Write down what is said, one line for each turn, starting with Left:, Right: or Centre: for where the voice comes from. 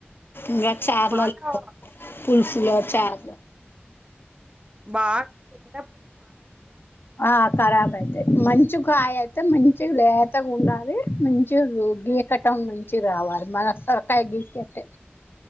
Left: ఇయ చార్లైతే
Right: బాగా
Left: పులుసు ఇయ చారు
Right: బా <inaudible>
Left: ఆ ఖరాబ్ అయితయ్ మంచుకాయ అయితే మంచి లేతగా ఉండాలి మంచి గీకటం మంచిగ రావాలి మన సొరకాయ గీకట్టే